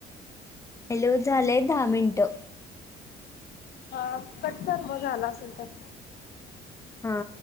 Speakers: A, on the left (about 15°); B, on the left (about 65°).
A: हॅलो झालय दहा मिनटं.
B: हा कट कर मग झाला असेल तर.
A: हा.